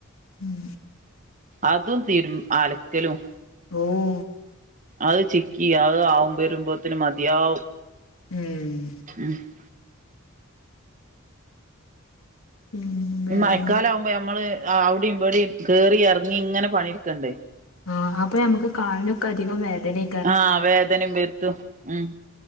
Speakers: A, on the left (about 75°); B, on the right (about 35°).
A: ഉം.
B: അതും തീരു അലക്കലും-
A: ഓഹ്.
B: അത് ചിക്കി അത് ആവുപ്പോരീമമ്പോത്തിനും മതിയാവും.
A: ഉം
B: ഉം <unintelligible>
A: പിന്നെ വേറെന്താ
B: മയക്കാലാവുപ്പോ ഞമ്മള് ആഹ് അവിടിം ഇവിടെ കെയറി എറങ്ങി ഇങ്ങനെ പണിട്ക്കണ്ട്.
A: ആഹാ അപ്പൊ നമുക്ക് കാലിനൊക്കെ അധികം വേദനേ
B: ആ വേദനിം വേര്ത്തും ഉം